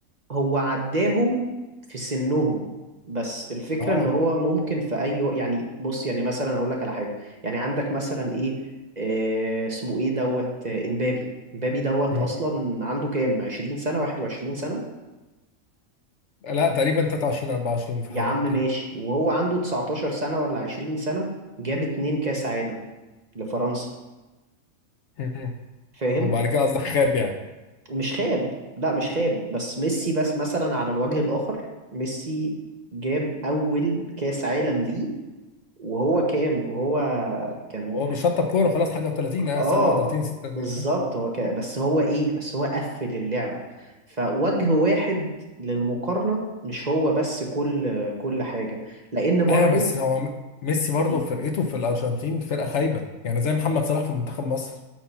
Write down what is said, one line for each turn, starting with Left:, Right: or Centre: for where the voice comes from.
Right: هو عداهم في سنهم بس الفكرة
Left: اه
Right: ان هو ممكن في اي وقت يعني بص يعني مثلا اقول لك على حاجة يعني عندك مثلا ايه آه اسمه ايه دوت آه، امبابي امبابي دوت
Left: مم.
Right: اصلا عنده كام 20 سنة 21 سنة
Left: لا تقريبا 23 24 في
Right: يا
Left: الحدود
Right: عم ماشي
Left: دي
Right: وهو عنده 19 سنة ولا 20 سنة جاب اتنين كاس عالم لفرنسا
Left: مم.
Right: فاهم
Left: وبعد كده قصدك خاب يعني
Right: مش خاب لا مش خاب بس ميسي بس مثلا على الوجه الاخر ميسي جاب اول كاس عالم ليه وهو كام وهو كان
Left: هو بيشطب كوره خلاص حاجه و30
Right: اه
Left: اه 37 36
Right: بالظبط
Left: سنه
Right: هو كان بس هو ايه بس هو قفل اللعبة فوجه واحد للمقارنة مش هو بس كل كل حاجة لأن برضو
Left: ايوه بس هو م- ميسي برضه
Right: مم.
Left: فرقته في الارجنتين فرقه خايبه يعني زي محمد صلاح في منتخب مصر